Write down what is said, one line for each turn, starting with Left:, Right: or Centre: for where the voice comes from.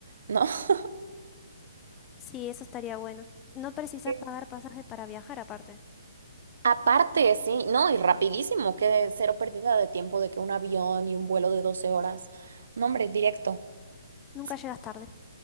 Right: ¿no? <laughs>
Left: Sí, eso estaría bueno. No precisas
Right: Sí.
Left: pagar pasajes para viajar aparte.
Right: Aparte, sí, no, y rapidísimo, que cero pérdida de tiempo de que un avión y un vuelo de 12 horas. No, hombre, directo.
Left: Nunca
Right: Sí,
Left: llegas tarde.